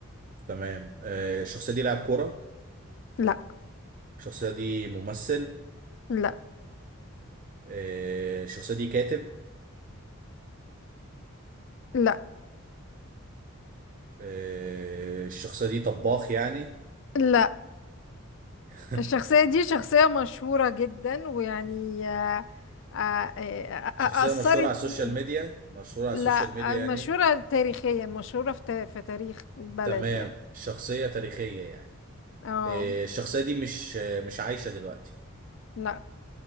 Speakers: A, on the right; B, on the left.
A: تمام آه، الشخصية دي لاعب كورة
B: لا
A: الشخصية دي ممثل
B: لا
A: آه، الشخصية دي كاتب
B: لا
A: آه، الشخصية دي طباخ يعني
B: لا
A: <laughs>
B: الشخصية دي شخصية مشهورة جدا ويعني آه، آه، آه،
A: شخصية
B: آه، أثرت
A: مشهورة على السوشيال
B: فيني
A: ميديا مشهورة على
B: لا
A: السوشيال ميديا
B: آه، مشهورة
A: يعني
B: تاريخيا مشهورة في تا- في تاريخ بلد
A: تمام
B: يعني
A: شخصية تاريخية يعني
B: اه
A: آه، الشخصية دي مش آه، مش عايشة دلوقتي
B: لا